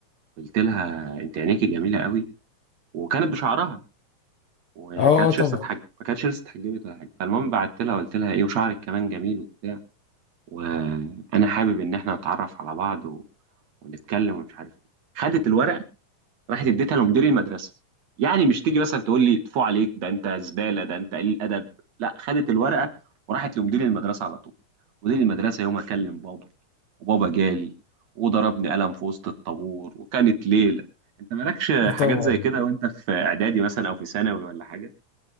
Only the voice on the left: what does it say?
اه آه
طبعا
آه
طبعا